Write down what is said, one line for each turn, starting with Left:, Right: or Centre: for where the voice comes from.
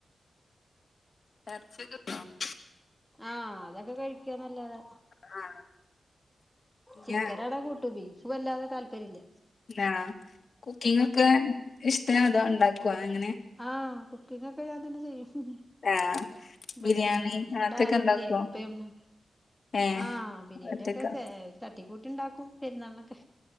Left: എറച്ചിക്ക് <inaudible>
Centre: ആഹ് അതൊക്കെ കഴിക്കാന്നല്ലാതെ
Left: ആഹ്
Centre: ചിക്കനാണെ
Left: ഞാ
Centre: കൂട്ടും ബീഫ് വല്ലാതെ താല്പര്യം ഇല്ല
Left: എന്നാ കുക്കിംഗ് ഒക്കെ ഇഷ്ടാണോ അതോ ഉണ്ടാക്കുവോ അങ്ങനെ
Centre: ആഹ് കുക്കിംഗ് ഒക്കെ ഞാൻ തന്നെ ചെയ്യും
Left: ആഹ്.
Centre: വിടെ
Left: ബിരിയാണി
Centre: ആഹ്
Left: അങ്ങനത്തൊക്കെ
Centre: ഇവിടെ ആരും
Left: ഉണ്ടാക്കോ?
Centre: ഇല്ലേ ഉപ്പയും ഉമ്മയും
Left: ഏഹ്
Centre: ആഹ് ബിരിയാണിയൊക്കെ
Left: അങ്ങനത്തൊക്കെ
Centre: തട്ടിക്കൂട്ടി ഉണ്ടാക്കും പെരുന്നാളിനൊക്കെ